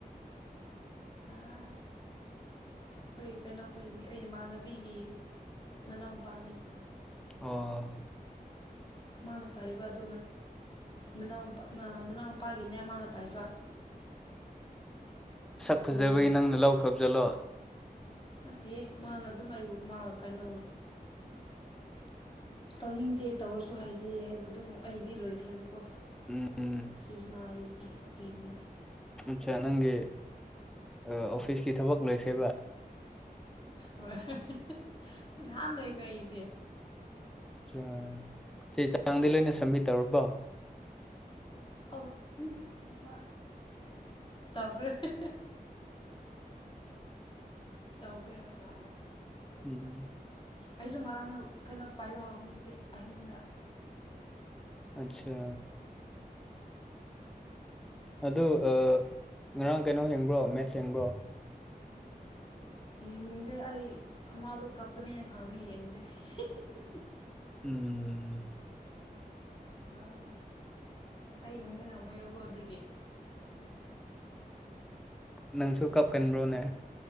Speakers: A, on the left; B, in the centre.
A: ꯑꯥ ꯑꯩꯈꯣꯏ ꯀꯩꯅꯣꯈꯣꯏꯒꯤ ꯑꯩ ꯏꯃꯥꯟꯅꯕꯤꯒꯤ ꯃꯅꯥꯎꯄꯥꯅꯦ
B: ꯑꯣ
A: ꯃꯥꯅ ꯄꯥꯏꯕ ꯑꯗꯨ ꯃꯅꯥꯎꯄꯥ ꯃꯅꯥꯎ ꯄꯥꯒꯤꯅꯦ ꯃꯥꯅ ꯄꯥꯏꯕ
B: ꯁꯛ
A: ꯑꯗꯨ
B: ꯐꯖꯕꯩ
A: ꯃꯥꯅ
B: ꯅꯪꯅ ꯂꯥꯎꯈ꯭ꯔꯕꯖꯥꯠꯂꯣ
A: ꯅꯠꯇꯦ ꯃꯥꯅ ꯑꯗꯨꯝ ꯑꯩꯕꯨ ꯃꯥꯒ ꯀꯥꯏꯅꯧ ꯇꯧꯅꯤꯡꯗꯦ ꯇꯧꯔꯁꯨ ꯍꯥꯏꯗꯦ ꯍꯥꯏꯕꯗꯨ ꯑꯩꯒꯤꯗꯤ ꯂꯣꯏꯈ꯭ꯔꯦꯕꯀꯣ
B: ꯎꯝ
A: ꯁꯤꯖꯟꯅꯦꯜ ꯄꯤꯕ ꯄꯤꯕꯅꯤꯗꯥ
B: ꯑꯠꯆꯥ ꯅꯪꯒꯤ ꯑꯥ ꯑꯣꯐꯤꯁꯀꯤ ꯊꯕꯛ ꯂꯣꯏꯈ꯭ꯔꯦꯕꯥ
A: ꯍꯣꯏ ꯍꯤꯍꯤ ꯅꯍꯥꯟ ꯂꯣꯏꯈ꯭ꯔꯦ ꯑꯩꯗꯤ
B: ꯆꯥ ꯆꯦ ꯆꯥꯡꯗꯤ ꯂꯣꯏꯅ ꯁꯦꯝꯃꯤꯠ ꯇꯧꯔꯕꯣ
A: ꯑꯧ ꯎꯝ ꯃꯥ ꯇꯧꯈ꯭ꯔꯦ ꯍꯦꯍꯦ ꯇꯧꯈ꯭ꯔꯦ ꯍꯥꯏꯕ ꯇꯥꯔꯦ
B: ꯎꯝ
A: ꯑꯩꯁꯨ ꯉꯔꯥꯡ ꯅ ꯀꯩꯅꯣ ꯄꯥꯏꯕ ꯍꯥꯎꯕꯅꯤ ꯍꯧꯖꯤꯛ ꯑꯍꯤꯡꯗꯥ
B: ꯑꯠꯁꯥ ꯑꯗꯨ ꯑꯥ ꯉꯔꯥꯡ ꯀꯩꯅꯣ ꯑꯦꯡꯕ꯭ꯔꯣ ꯃꯦꯠꯁ ꯌꯦꯡꯕ꯭ꯔꯣ
A: ꯌꯦꯡꯗꯦ ꯑꯩ ꯑꯃꯗꯤ ꯀꯞꯀꯅꯤꯅ ꯈꯥꯡꯃꯤ ꯌꯦꯡꯗꯦ ꯍꯤꯍꯤꯍꯤ
B: ꯎꯝ
A: ꯎꯝ ꯑꯩ ꯌꯦꯡꯕ ꯉꯝꯃꯣꯏꯕꯀꯣ ꯑꯗꯨꯒꯤ
B: ꯅꯪꯁꯨ ꯀꯞꯀꯟꯕ꯭ꯔꯣꯅꯦ